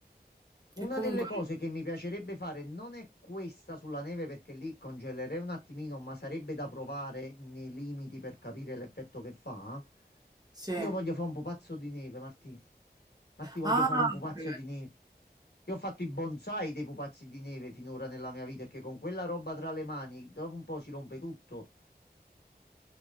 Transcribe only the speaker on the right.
che
comunque...
Sì.
Ah,
ok.